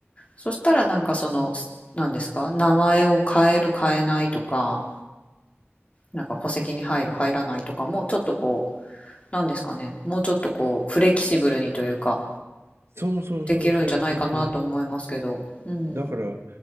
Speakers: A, on the left (about 30°); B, on the right (about 75°).
A: そしたらなんかその、なんですか、名前を変える変えないとか、なんか戸籍に入る入らないとかもちょっとこうなんですかねもうちょっとこうフレキシブルにというか
B: そうそうそうそうそうそう。
A: できるんじゃないかなと思いますけどうん
B: だから、